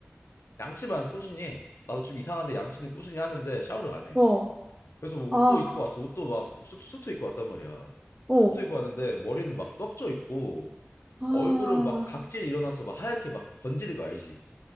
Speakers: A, on the left (about 80°); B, on the right (about 15°).
A: 양치만 꾸준히 해. 나도 좀 이상한데 양치는 꾸준히 하는데 샤워를 안 해.
B: 어,
A: 그래서 뭐
B: 아,
A: 옷도 입고 왔어. 옷도 막 수- 수트 입고 왔단 말이야.
B: 어,
A: 수트 입고 왔는데 머리는 막 떡져 있고
B: 아.
A: 얼굴은 막 각질 일어나서 막 하얗게 막 번지는 거 알지?